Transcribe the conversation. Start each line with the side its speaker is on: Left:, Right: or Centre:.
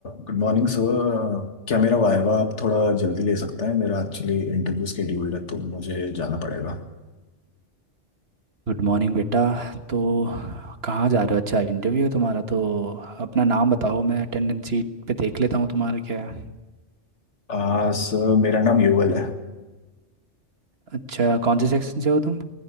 Left: Good morning sir क्या मेरा वाइवा आप थोड़ा जल्दी ले सकते हैं मेरा एक्चुअली इंटरव्यू स्केड्यूल्ड है तो मुझे जाना पड़ेगा
Right: Good morning बेटा तो कहाँ जा रहे हो अच्छा इंटरव्यू है तुम्हारा तो अपना नाम बताओ मैं अटेंडेंस शीट पे देख लेता हूँ तुम्हारा क्या है
Left: आ, सर मेरा नाम युगल है
Right: अच्छा कौन से सेक्शन से हो तुम